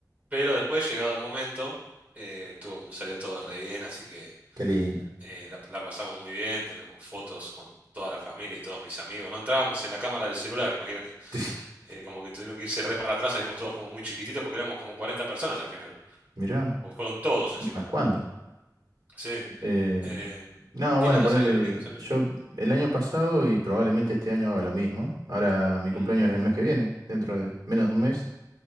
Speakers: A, on the right; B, on the right.
A: Pero después, llegado el momento, eh, estuvo, mu- salió todo re bien, así que...
B: Qué lindo.
A: eh, la, la pasamos muy bien, tenemos fotos con toda la familia y todos mis amigos. No entrábamos en la cámara del celular, imagínate.
B: <laughs>
A: Eh, como que tuvieron que irse re para atrás, salimos todos como muy chiquititos porque éramos como 40 personas al final.
B: Mirá,
A: Porque fueron todos encima.
B: unas cuantas.
A: Sí.
B: Eh,
A: eh,
B: no,
A: y
B: bueno,
A: nada,
B: ponerle,
A: salió re lindo, salió
B: yo
A: re lindo.
B: el año pasado y probablemente este año haga lo mismo. Ahora mi cumpleaños
A: Mm,
B: es el mes que viene, dentro de menos de un mes,